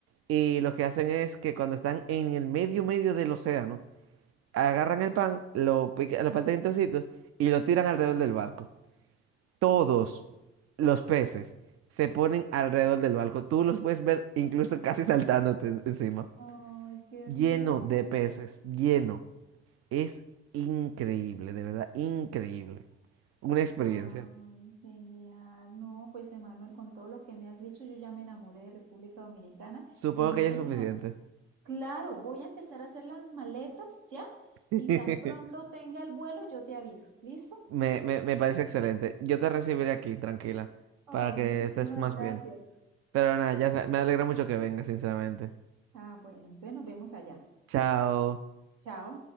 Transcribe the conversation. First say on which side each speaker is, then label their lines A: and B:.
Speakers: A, on the right; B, on the right.
A: y lo que hacen es que cuando están en el medio, medio del océano, agarran el pan, lo pican, lo parten en trocitos y lo tiran alrededor del barco. Todos los peces se ponen alrededor del barco. Tú los puedes ver incluso casi saltándote en- encima.
B: Ay, qué
A: Lleno
B: hermoso.
A: de peces, lleno. Es increíble, de verdad, increíble. Una experiencia.
B: Ay, genial. No, pues Emanuel, con todo lo que me has dicho, yo ya me enamoré de República Dominicana
A: Supongo
B: y me-
A: que ya
B: es
A: es suficiente.
B: más, claro, voy a empezar a hacer las maletas ya
A: <laughs>
B: y tan pronto tenga el vuelo, yo te aviso. ¿Listo?
A: Me, me, me parece excelente. Yo te recibiré aquí, tranquila,
B: Ay,
A: para que
B: muchísimas
A: estés más
B: gracias.
A: bien. Pero nada, ya sa- me alegra mucho que vengas, sinceramente.
B: Ah, bueno, entonces nos vemos allá.
A: Chao.
B: Chao.